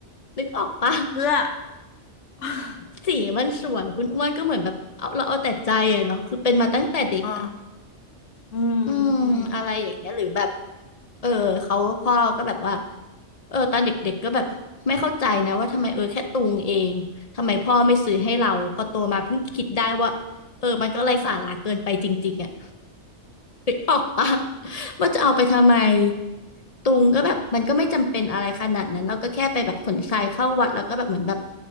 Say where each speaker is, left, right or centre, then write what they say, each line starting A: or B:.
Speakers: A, on the left; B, on the left.
A: นึกออกปะ
B: เพื่อ
A: <laughs>
B: <laughs>
A: สีมันสวยคุณอ้วนก็เหมือนแบบเอาเราเอาแต่ใจอะเนาะคือเป็นมาตั้งแต่เด็กอะ
B: อ๋ออืมอืม
A: อืมอะไรอย่างเงี้ยหรือแบบเออเขาพ่อก็แบบว่าเออตอนเด็กๆก็แบบไม่เข้าใจนะว่าทำไมเออแค่ตุงเองทำไมพ่อไม่ซื้อให้เราพอโตมาเพิ่งคิดได้ว่าเออมันก็ไร้สาระเกินไปจริงๆอ่ะนึกออกปะว่าจะเอาไปทำไม ตุงก็แบบมันก็ไม่จำเป็นอะไรขนาดนั้นเราก็แค่ไปแบบขนทรายเข้าวัดแล้วก็แบบเหมือนแบบ